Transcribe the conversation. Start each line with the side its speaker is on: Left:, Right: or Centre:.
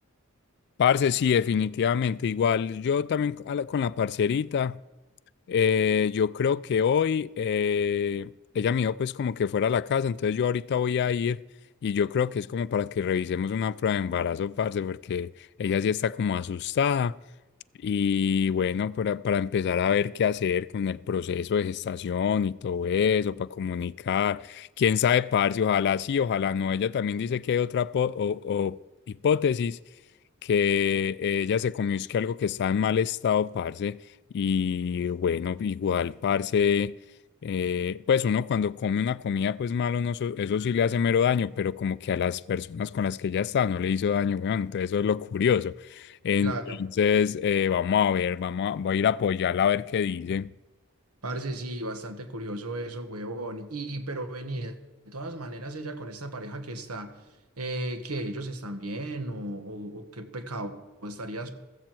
Left: Parce, sí, definitivamente, igual yo también a la- con la parcerita. Eh, yo creo que hoy eh, ella me dijo pues como que fuera a la casa, entonces yo ahorita voy a ir y yo creo que es como para que revisemos una prueba de embarazo, parce, porque ella sí está como asustada y bueno, para, para empezar a ver qué hacer con el proceso de gestación y todo eso, para comunicar, quién sabe, parce, ojalá sí, ojalá no, ella también dice que hay otra po- o, o hipótesis que ella se comió es que algo que está en mal estado, parce. Y bueno, igual, parce, eh, pues uno cuando come una comida, pues malo, no, so- eso sí le hace mero daño, pero como que a las personas con las que ya está no le hizo daño, weón. Entonces eso es lo curioso. Entonces,
Right: Claro.
Left: eh, vamos a ver, vamos a, voy a ir a apoyarla a ver qué dice.
Right: Parce, sí, bastante curioso eso, huevón. Y, pero vení, de todas maneras, ella con esta pareja que está, eh, que ellos están bien, o, o, o qué pecado estarías.